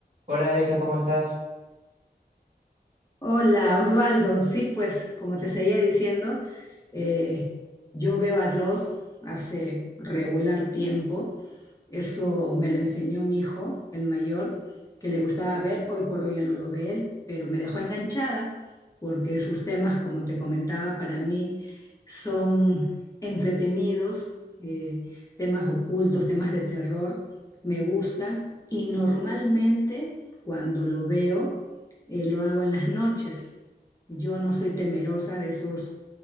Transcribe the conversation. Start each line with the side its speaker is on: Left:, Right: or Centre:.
Right: Hola Erika, ¿cómo estás?
Left: Hola, Osvaldo. Sí, pues como te seguía diciendo, eh, yo veo a Dross hace regular tiempo. Eso me lo enseñó mi hijo, el mayor, que le gustaba ver. Hoy por hoy ya no lo ve él, pero me dejó enganchada porque sus temas, como te comentaba, para mí son entretenidos, eh, temas ocultos, temas de terror. Me gustan y normalmente cuando lo veo eh, lo hago en las noches. Yo no soy temerosa de esos,